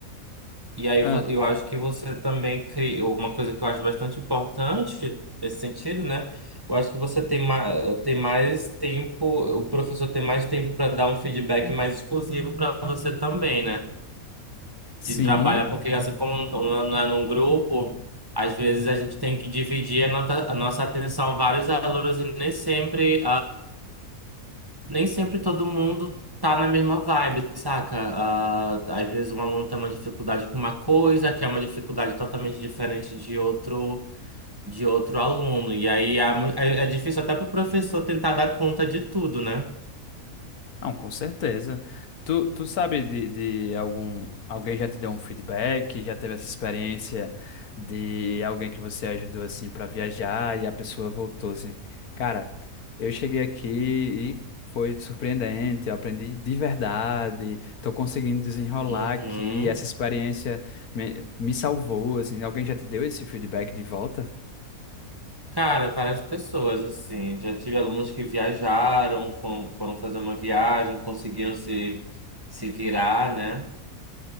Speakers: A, on the right; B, on the left.
A: E aí
B: Ah,
A: vo- eu acho que você também criou uma coisa que eu acho bastante importante nesse sentido, né? Eu acho que você tem, ma tem mais tempo, o professor tem mais tempo para dar um feedback mais exclusivo para você também, né?
B: sim.
A: De trabalhar, porque assim como não, não não é num grupo, às vezes a gente tem que dividir a, nota- a nossa atenção a vários alunos e nem sempre nem sempre todo mundo tá na mesma vibe, saca? Ah, às vezes um aluno tem uma dificuldade com uma coisa, que é uma dificuldade totalmente diferente de outro de outro aluno. E aí é, mu- é- é difícil até pro professor tentar dar conta de tudo, né?
B: Não, com certeza. Tu, tu sabe de, de algum, alguém já te deu um feedback, já teve essa experiência de alguém que você ajudou assim para viajar e a pessoa voltou assim, cara, eu cheguei aqui e foi surpreendente, eu aprendi de verdade, tô conseguindo desenrolar
A: Uhum.
B: aqui, essa experiência me, me salvou, assim, alguém já te deu esse feedback de volta?
A: Cara, várias pessoas, assim. Já tive alunos que viajaram, foram, foram fazer uma viagem, conseguiram se, se virar, né?